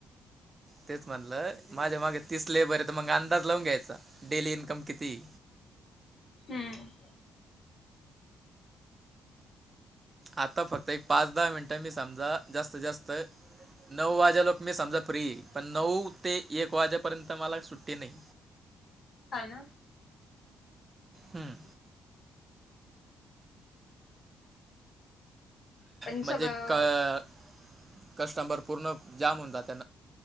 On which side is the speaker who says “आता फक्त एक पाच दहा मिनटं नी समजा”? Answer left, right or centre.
Right